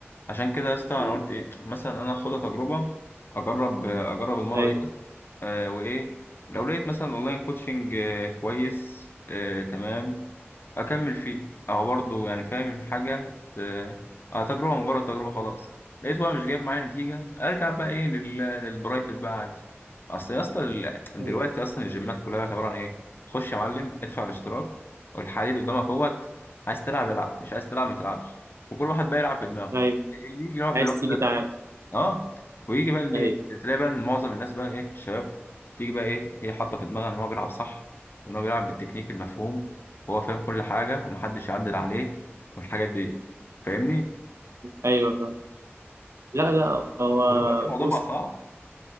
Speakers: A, on the left; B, on the right.
A: عشان كده يا اسطى انا
B: مم.
A: قلت ايه مثلا انا اخدها تجربه اجرب اجرب المره
B: ايوه
A: ديت آه وايه لو لقيت مثلا اونلاين كوتشنج آه كويس آه تمام اكمل فيه او برضه يعني فاهم حاجه ت... اه تجربه مجرد تجربه خلاص لقيت هو مش جايب معايا نتيجه ارجع بقى ايه لل... للبرايفت بقى عادي اصل يا اسطى ال- دلوقتي
B: ايوه
A: اصلا الجيمات كلها عباره عن ايه خش يا معلم ادفع الاشتراك والحديد قدامك اهوت عايز تلعب العب مش عايز تلعب ما تلعبش وكل واحد بقى يلعب بدماغه
B: أيوه.
A: اللي يجي يلعب
B: عايز
A: بالوقت
B: تيجي
A: ده
B: تعال
A: اه ويجي بقى الليل
B: ايوه
A: تلاقي بقى إن معظم الناس بقى ايه الشباب تيجي بقى ايه هي حاطه في دماغها ان هو بيلعب صح وان هو بيلعب بالتكنيك المفهوم وهو فاهم كل حاجه ومحدش يعدل عليه والحاجات دي فاهمني
B: ايوه لا لا هو
A: دلوقتي الموضوع
B: بص
A: بقى صعب